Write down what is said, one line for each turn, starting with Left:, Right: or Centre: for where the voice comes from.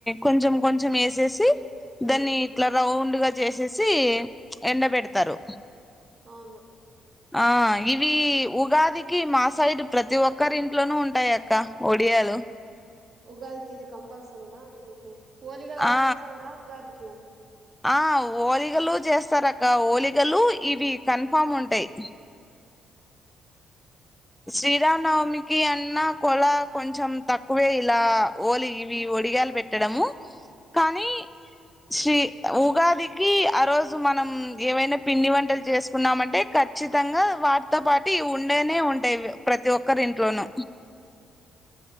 Centre: కొంచెం కొంచెం వేసేసి
Right: ఆ
Centre: దాన్ని ఇట్లా రౌండ్ డుగా చేసేసి ఎండ పెడతారు
Right: అవును
Centre: ఆ ఇవి ఉగాదికి మా సైడ్ ప్రతి ఒక్కరి ఇంట్లోనూ ఉంటాయి అక్క ఒడియాలు
Right: ఉగాదికి ఇది కంపల్సరీనా అండి మీకి ఓలిగలు అవన్ని
Centre: ఆ
Right: చేయరా ఉగాదికి కే
Centre: ఆ ఓలిగలు చేస్తారక్క ఓలిగలు ఇవి కన్ఫామ్ ఉంటాయి శ్రీరామనవమికి అన్న కొల కొంచెం తక్కువే ఇలా ఓలి ఇవి ఒడిగ్యాలు పెట్టడము కానీ శ్రీ ఉగాదికి ఆ రోజు మనం ఏవైనా పిండి వంటలు చేసుకున్నామంటే ఖచ్చితంగా వాటితో పాటి ఇవి ఉండేనే ఉంట టయి ప్రతి ఒక్కరు ఇంట్లోనూ